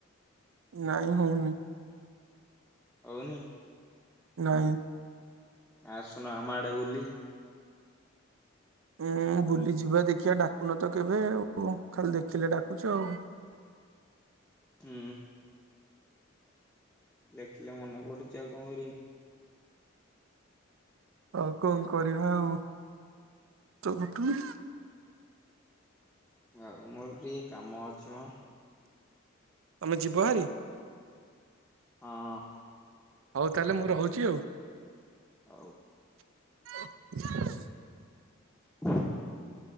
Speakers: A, on the right; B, in the centre.
A: ନାଇଁ ହଉନି-
B: ହଉନି-
A: ନାଇଁ-
B: ଆସୁନ ଆମ ଆଡେ ବୁଲି-
A: ଉଁ ବୁଲି ଯିବା ଦେଖିବା ଡାକୁନ ତ କେବେ ଆଉ ଖାଲି ଦେଖିଲେ ଡାକୁଛ ଆଉ-
B: ହୁଁ ଦେଖ ଦେଖିଲେ ମନେ ପଡୁଛି ଆଉ କଣ କରି-
A: ଆଉ କଣ କରିବା ଆଉ ଉପଟ-
B: ଆଉ ମୋର ଟିକେ କାମ ଅଛି ମ
A: ତମେ ଯିବ ଭାରି-
B: ହଁ
A: ହଉ ତାହେଲେ ମୁଁ ରହୁଛି ଆଉ-
B: ହଉ
A: <inaudible>
B: <inaudible>